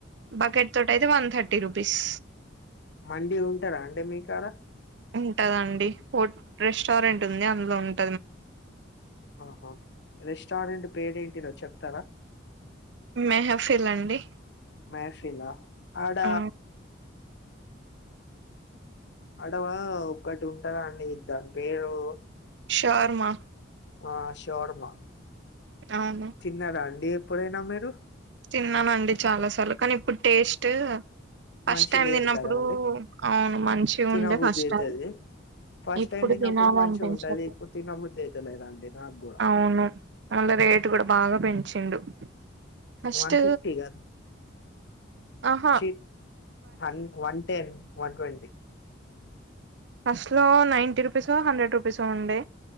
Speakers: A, on the right; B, on the left.
A: బకెట్ తో అయితే వన్ థర్టీ టి రుపీస్
B: మండి ఉంటాద అంటే మీ కాడా
A: ఉంటద అండి హో రెస్టారెంట్ ఉంది అందులో ఉంట
B: ఆహ రెస్టారెంట్ పేరు ఏంటిదో చెప్తారా
A: మెహఫిల్ అండి
B: మహఫిలా ఆడ
A: ఆ
B: అడవా ఒక్కటి ఉంటది అండి దాని పేరు
A: షోర్మ
B: ఆ షోర్మా
A: అవును
B: తీన్నరా అండి ఎప్పుడైనా మీరు
A: తిన్నానండి చాలాసార్లు కానీ ఇప్పుడు టెస్ట్ ఫస్ట్
B: మంచి
A: టైం
B: లేరు
A: తిన్నప్పుడు
B: కదా అండి
A: అవును మంచిగా
B: తినబుద్ధి
A: ఉండే ఫస్ట్
B: అయితది
A: టైం
B: ఫస్ట్
A: ఇప్పుడు
B: టైం తిన్నప్పుడు
A: తినాల
B: మంచిగా
A: అనిపించదు
B: ఉంటది ఇప్పుడు తినబుద్ధి అయితలేదండి నాకు కూడా
A: అవును అందరు రేటు కూడా బాగా పెంచిండు ఫస్ట్
B: వన్ ఫిఫ్టీ కాదు
A: ఆహా
B: చి one one ten one twenty
A: first లో నైన్టీ రూపీస్ ఓ హండ్రెడ్ రూపీస ఓ ఉండే